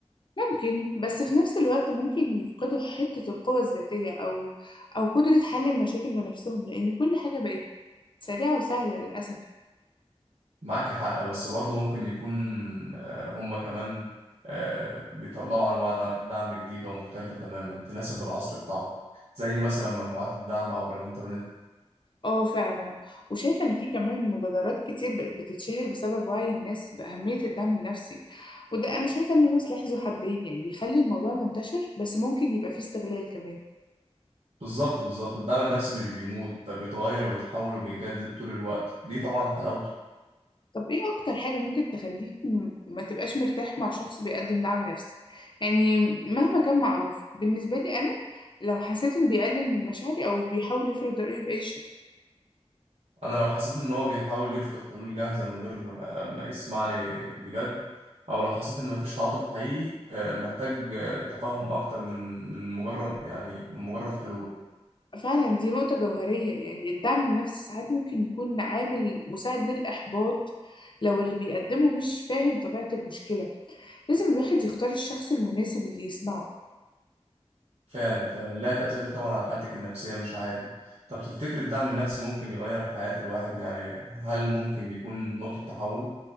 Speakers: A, on the left; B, on the right.
A: ممكن بس في نفس الوقت ممكن يفقدوا حتة القوة الذاتية أو أو قدرة حل المشاكل بنفسهم لأن كل حاجة بقت سريعة وسهلة للأسف
B: معاك حق بس برضه ممكن يكون آه، هم كمان آه، بيطلعوا أنواع دع- دعم جديدة ومختلفة تماما تناسب العصر بتاعه زي مثلا مجموعات الدعم عبر الإنترنت
A: اه فعلا وشايفة إن في كمان مبادرات كتير بقت بتتشهر بسبب وعي الناس بأهمية الدعم النفسي وده أنا شايفة إن هو سلاح ذو حدين يعني بيخلي الموضوع منتشر بس ممكن يبقى فيه استغلال كمان
B: بالظبط بالظبط الدعم النفسي مش بيموت ده بيتغير وبيتحول وبيجدد طول الوقت ودي طبعا حلاوته
A: طب ايه اكتر حاجة ممكن تخليك م- ما تبقاش مرتاح مع شخص بيقدم دعم نفسي يعني مهما كان معروف بالنسبة لي انا لو حسيت انه بيقلل من مشاعري او بيحاول يفرض رأيه بأي شكل
B: أنا لو حسيت إن هو بيحاول يفرض حلول جاهزة من غير آه، ما يسمعني بجد أو لو حسيت إن مفيش تعاطف حقيقي آه، محتاج آه، تفاهم أكتر من من مجرد يعني من مجرد حلول
A: فعلا دي نقطة جوهرية يعني الدعم النفسي ساعات ممكن يكون عامل مساعد للإحباط لو اللي بيقدمه مش فاهم طبيعة المشكلة لازم الواحد يختار الشخص المناسب اللي يسمعه
B: فعلا فعلا لها تأثير طبعا على حالتك النفسية مش عادي طب تفتكر الدعم النفسي ممكن يغير حياة الواحد يعني هل ممكن يكون نقطة تحول؟